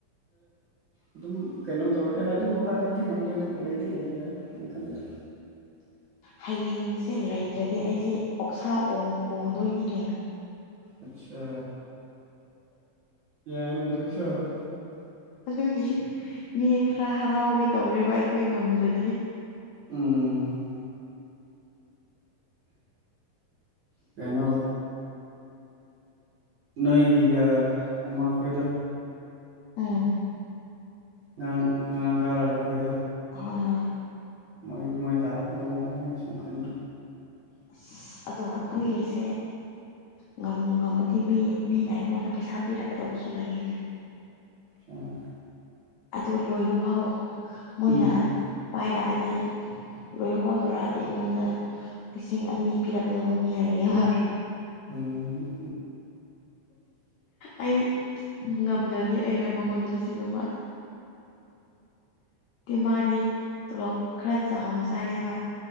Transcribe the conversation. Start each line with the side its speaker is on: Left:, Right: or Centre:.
Right: ꯑꯗꯨꯝ ꯀꯩꯅꯣ ꯇꯧꯔꯗꯤ ꯑꯗꯨꯕꯨ ꯍꯥꯏꯕꯨꯗꯤ ꯉꯝꯗꯦ ꯑꯗꯨꯕꯨ ꯂꯩꯗꯤ ꯂꯩꯕ ꯌꯥꯏ ꯀꯩꯅ ꯈꯪꯗꯦ
Left: ꯍꯌꯦꯡꯁꯦ ꯂꯩꯗ꯭ꯔꯗꯤ ꯑꯩꯁꯦ ꯑꯣꯛꯁꯥ ꯑꯣꯡ ꯀꯣꯡꯗꯣꯏꯅꯤꯅꯦ
Right: ꯑꯠꯆꯥ ꯌꯥꯏꯅꯦ ꯑꯗꯨꯁꯨ
Left: ꯑꯗꯨꯒꯤ ꯃꯤ ꯈꯔ ꯍꯔꯥꯎꯒꯦ ꯇꯧꯔꯦꯕ ꯑꯩꯈꯣꯏ ꯉꯝꯗ꯭ꯔꯗꯤ
Right: ꯎꯝ ꯀꯩꯅꯣ ꯅꯣꯏꯒꯤꯒ ꯑꯃ ꯑꯩꯈꯣꯏꯗꯣ
Left: ꯎꯝ
Right: ꯉꯔꯥꯡ ꯉꯔꯥꯡ ꯀꯥꯔꯕ ꯑꯩꯈꯣꯏꯗꯣ
Left: ꯍꯣꯏ ꯍꯣꯏ
Right: ꯃꯣꯏ ꯃꯣꯏ ꯇꯔꯥꯐꯜꯗꯧ ꯃꯥ ꯂꯩꯅꯦ ꯁꯨꯝꯈꯅꯤ
Left: ꯑꯁ ꯑꯗꯣ ꯑꯩꯈꯣꯏꯒꯤꯁꯦ ꯉꯝꯕꯨ ꯉꯝꯃꯗꯤ ꯃꯤ ꯃꯤꯅ ꯑꯩꯉꯣꯟꯗ ꯄꯩꯁꯥ ꯄꯤꯔꯛꯀꯗꯧꯕꯁꯨ ꯂꯩꯌꯦꯅꯦ
Right: ꯑꯣ
Left: ꯑꯗꯨ ꯂꯣꯏꯕ ꯐꯥꯎ ꯃꯣꯏꯅ
Right: ꯎꯝ
Left: ꯄꯥꯏꯔꯛꯑꯗꯤ ꯂꯣꯏꯕ ꯐꯥꯎ ꯌꯧꯔꯛꯑꯗꯤ ꯑꯩꯉꯣꯟꯗ ꯂꯤꯁꯤꯡ ꯑꯅꯤ ꯄꯤꯔꯛꯀꯗꯕ ꯃꯤ ꯂꯩꯌꯦꯕ
Right: ꯎꯝ
Left: ꯑꯩ ꯉꯝꯗ꯭ꯔꯗꯤ ꯑꯩꯅ ꯃꯉꯣꯟꯗ ꯂꯤꯁꯤꯡ ꯑꯃ ꯃꯥꯗꯤ ꯇꯣꯂꯣꯞ ꯈꯔ ꯆꯥꯎꯥꯎꯅ ꯆꯥꯏꯑꯕ